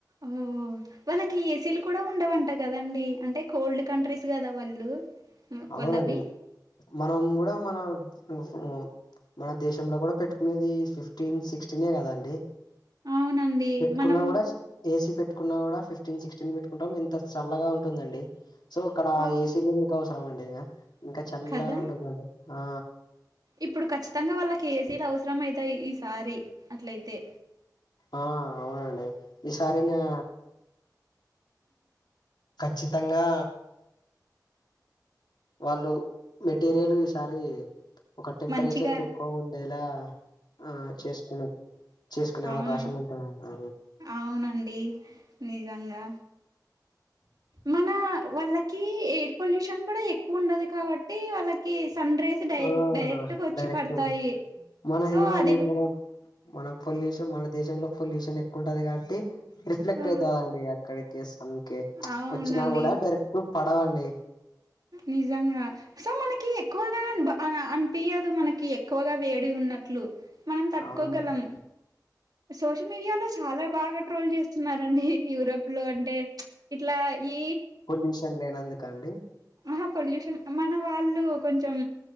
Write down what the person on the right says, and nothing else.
ఊమ్ వాళ్ళకి ఏసీలు కూడ ఉండవంట కదండి అంటే కోల్డ్ కంట్రీస్ కద వాళ్ళు
వాళ్ళవి
అవునండి
మనం
అవును
కదా
ఇప్పుడు కచ్చితంగ వాళ్ళకి ఏసీలు అవసరం అయితాయి ఈసారి అట్లయితే
మంచిగా
అవును
అవునండి నిజంగా మన వాళ్ళకి ఎయిర్ పొల్యూషన్ కూడ ఎక్కువ ఉండదు కాబ ట్టి వాళ్ళకి సన్ రేస్ డై
డైరెక్ట్ ఒచ్చి
పడ్తాయి
సో
అది
ఆ
అవునండి
నిజంగా సో మనకి ఎక్కువగా బ అ అనిపియదు మనకి ఎక్కువగా వేడి ఉన్నట్లు మనం తట్టుకోగలం
సోషల్ మీడియాలో చాలా బాగా ట్రోల్ చేస్తున్నారండి యూరోప్ లో అంటే ఇట్లా ఈ
ఆహా పొల్యూషన్ మన వాళ్ళు కొంచెం